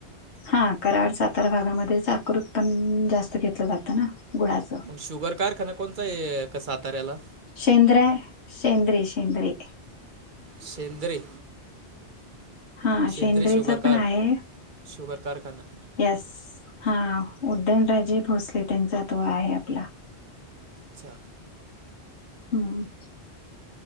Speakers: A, on the left; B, on the right.
A: हा कराड सातारा भागामध्ये साकर उत्पन जास्त घेतलं जातं ना गुळाचं.
B: शुगर कारखाना कोणचा आहे का साताऱ्याला?
A: सेंद्रा हाय शेंद्रे शेंद्रे
B: शेंद्रे.
A: हा
B: शेंद्र
A: शेंद्रेचा
B: शुगर
A: पण
B: कार
A: आहे
B: शुगर कारखाना
A: येस हा उदयनराजे भोसले त्यांचा तो आहे आपला.
B: अच्छा
A: हम